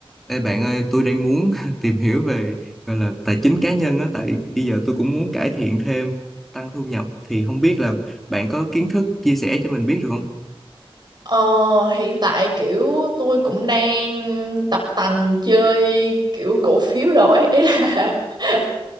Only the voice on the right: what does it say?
Ờ, hiện tại kiểu tôi cũng đang tập tành chơi kiểu cổ phiếu rồi ấy ý là <laughs>